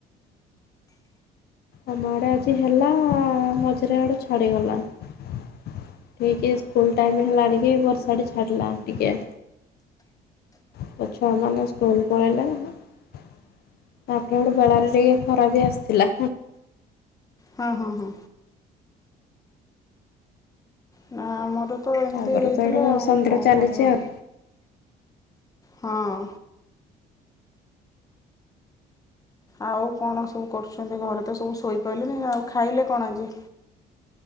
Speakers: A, on the left; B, on the left.
A: ଆମ ଆଡ଼େ ଆଜି ହେଲା-ଆ-ଆ-ଆ ମଝିରେ ଇଆଡୁ ଛାଡ଼ିଗଲା। ଠିକ ଏ ସ୍କୁଲ ଟାଇମ ହେଲାନି ବର୍ଷାଟି ଛାଡ଼ିଲା ଟିକେ। ତ ଛୁଆମାନେ ସ୍କୁଲ ପଳେଇଲେ। ତାପରେ ଗୋଟେ ବେଳାରେ ଯାଇ ଟିକେ ଖରା ବି ଆସିଥିଲା।
B: ହଁ ହଁ ହଁ। ନା ଆମର ତ
A: ତାପରେ
B: ଏମିତି ହେଇଥିଲା
A: ତ ଏଠୁ
B: ଆଉ
A: ସନ୍ଧ୍ୟା
B: କଣ
A: ଚାଲିଛି
B: କରିବ।
A: ଆଉ
B: ହଁ। ଆଉ କଣ ସବୁ କରୁଛନ୍ତି। ଘରେ ତ ସବୁ ଶୋଇପଡ଼ିଲେଣି ଆଉ। ଖାଇଲେ କଣ ଆଜି??